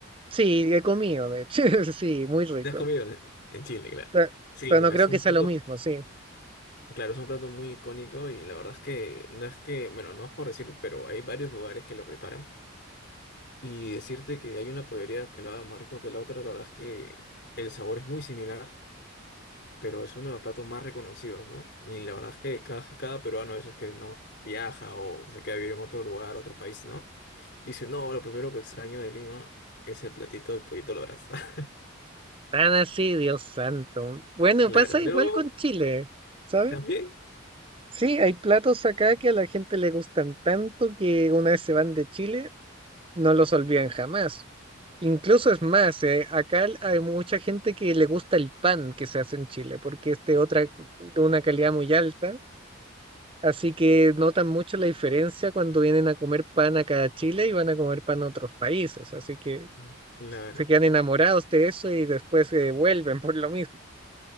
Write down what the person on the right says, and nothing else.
sí, he comido, de hecho, <laughs> sí, muy rico.
Pero,
pero
no creo
que sea
lo mismo, sí.
Tan así, Dios santo. Bueno,
pasa
igual con Chile, ¿sabes?
Sí, hay platos acá que a la gente le gustan tanto que una vez se van de Chile, no los olvidan jamás. Incluso es más, eh, acá hay mucha gente que le gusta el pan que se hace en Chile, porque es de otra, de una calidad muy alta, así que notan mucho la diferencia cuando vienen a comer pan acá a Chile y van a comer pan a otros países, así que
se quedan enamorados de eso y después se vuelven por lo mismo.